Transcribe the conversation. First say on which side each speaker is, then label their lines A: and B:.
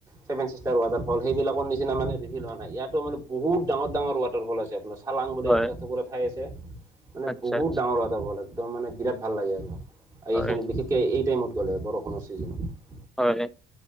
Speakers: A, on the right; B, in the centre.
A: চেভেন চিষ্টাৰ্ছ ৱাটাৰ ফল সেইবিলাকৰ নিচিনা মানে বিবিধ ধৰণৰ ইয়াত মানে বহুত ডাঙৰ ডাঙৰ ৱাটাৰ ফল আপোনাৰ', চালাং বুলি
B: হয়
A: এটা এটুকুৰা ঠাই আছে মানে
B: আচ্ছা
A: বহুত
B: আচ্ছা
A: ডাঙৰ ৱাটাৰ ফল একদম মানে বিৰাট ভাল লাগে আৰু',
B: হয়
A: বিশেষ বিশেষকে এই টাইমত গ'লে বৰষুণৰ ছিজনত',
B: হয়, হয়',